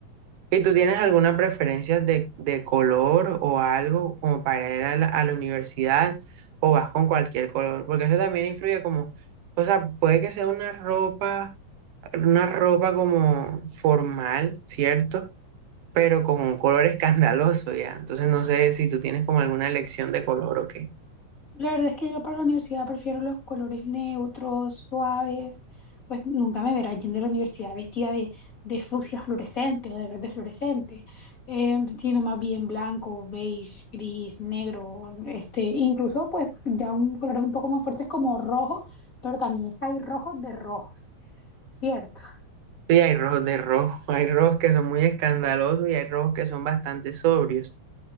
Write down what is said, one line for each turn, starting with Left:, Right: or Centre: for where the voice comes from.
Right: ¿Y tú tienes alguna preferencia de, de color o algo como para ir a la, a la universidad o vas con cualquier color? Porque eso también influye como, o sea, puede que sea una ropa, una ropa como formal, ¿cierto? Pero con un color <laughs> escandaloso ya. Entonces no sé si tú tienes como alguna elección de color o qué.
Left: La verdad es que yo para la universidad prefiero los colores neutros, suaves, pues nunca me verás yendo a la universidad vestida de, de fucsia fluorescente o de verde fluorescente, eh, sino más bien blanco, beige, gris, negro, este, incluso pues ya un colores un poco más fuertes como rojo, pero también es que hay rojos de rojos, ¿cierto?
Right: Sí, hay rojos de rojo, <laughs> hay rojos que son muy escandalosos y hay rojos que son bastante sobrios.